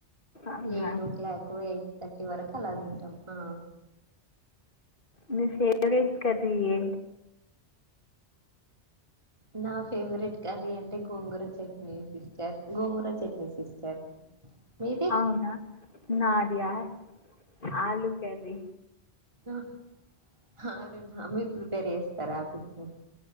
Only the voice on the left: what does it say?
అవునా
మీ ఫేవరెట్ క ఏ
అవునా నాడయార్ ఆలు కరి